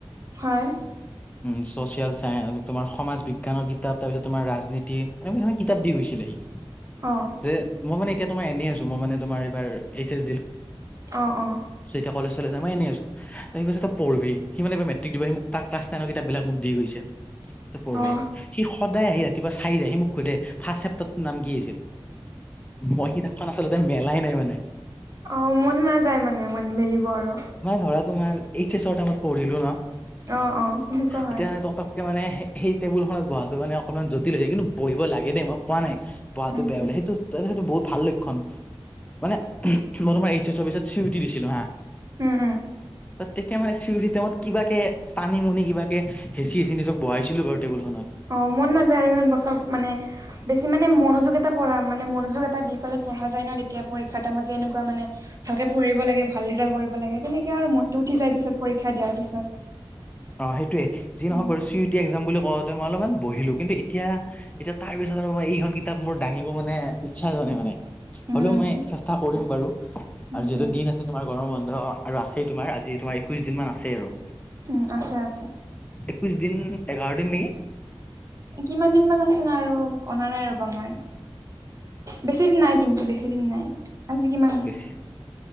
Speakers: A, on the right; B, on the left.
A: হয়।
B: <inaudible> উম ছচিয়েল চায়েন্স তোমাৰ সমাজ বিজ্ঞানৰ কিতাপ তাৰপিছত তোমাৰ ৰাজনীতি, এনেকুৱা ধৰণৰ কিতাপ দি গৈছিলে সি। <inaudible>
A: অঁ।
B: যে মই মানে এতিয়া তোমাৰ এনেই আছো, মই মানে তোমাৰ এইবাৰ এইচ এছ
A: অঁ অঁ।
B: যেতিয়া কলেজ লৈ জাই মই এনেই আছো। তই কৈছে পৰ্ভি সি মানে এইবাৰ মেট্ৰিক দিব সি মোক তাৰ ক্লাছ টেনৰ কিতাপ বিলাক মোক দি গৈছে। পঢ়ি
A: অ
B: সি সদায় আহি ৰাতিপুৱা চাই যায় সি মোক সুধে ফাৰ্ষ্ট চেপটৰ টোৰ নাম কি আছিল। মই কিতাপ খন আচলতে মেলাই নাই মানে
A: অঁ! মন নাযায় মানে মন মেলিব আৰু
B: মই ধৰা তোমাৰ এইচ চ ৰ টাইম ত পঢ়িলো ন।
A: অঁ অঁ তেনেকুৱা হয়।
B: এতিয়া মানে তটককে মানে সেই টেবুলখনত বহাতো মানে অকণমান জটিল হয় কিন্তু বহিব লাগে দেই মই কোৱা নাই বহাটো
A: উম
B: বেয়া
A: উম
B: বোলে সেইটো সেইটো বহুত ভাল লক্ষণ মানে মই তোমাৰ এইচ এছ অফিচত চিওৰিতী দিছিলোঁ হা
A: উমঁ উমঁ!
B: তেতিয়া মানে চিঞৰি টাইমত কিবাকে টানি মুুনি কিবাকে হেঁচি হেঁচি নিজক বহাইছিলো বাৰু টেবুলখনত।
A: অঁ! মন নাযায় আৰু ইমান বছৰ মানে বেছি মানে মনোযোগ এটা পঢ়া মানে মনোযোগ এটা দি পেলাই পঢ়া যায় ন তেতিয়া পৰীক্ষাৰ যে টাইম ত যে এনেকুৱা মানে ভালকে পঢ়িব লাগে ভাল ৰিজাল্ট কৰিব লাগে তেনেকে আৰু মনতটো উঠি যায় পিছত পৰীক্ষা দিয়াৰ পিছত
B: অঁ! সেইটোৱে যি নহওক
A: উম
B: বাৰু চি ইটি এক্জাম বুলি কওঁতে মই অলপমান বহিলো কিন্তু এতিয়া এতিয়া তাৰ পিছত আৰু মই এইখন কিতাপ মোৰ দাঙিব মানে ইচ্ছা যোৱা নাই মানে।
A: উম
B: হ'লেও মই চেষ্টা কৰিম বাৰু।
A: উম
B: আৰু যিহেতু
A: উম
B: দিন আছে তোমাৰ গৰম বন্ধ আৰু আছেই তোমাৰ আজি তোমাৰ একৈশ দিন মান আছেই আৰু।
A: উমঁ! আছে আছে।
B: একৈশ দিন এঘাৰ দিন নেকি?
A: কিমান দিন মানে আছে ন আৰু অনা নাই ৰ'বা মই। বেছি দিন নাই কিন্তু বেছি দিন নাই আজি কিমান
B: গেছি